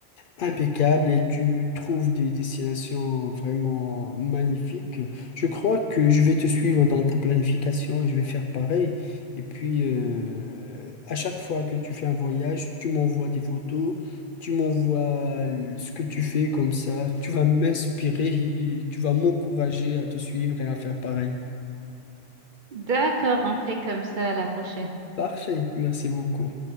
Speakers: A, on the left; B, on the right.
A: impeccable et tu trouves des destinations vraiment magnifiques. Je crois que je vais te suivre dans ta planification et je vais faire pareil. Et puis, euh, à chaque fois que tu fais un voyage, tu m'envoies des photos, tu m'envoies l- ce que tu fais comme ça. Tu vas m'inspirer et tu vas m'encourager à te suivre et à faire pareil.
B: D'accord, on fait comme ça à la prochaine.
A: Parfait, merci beaucoup.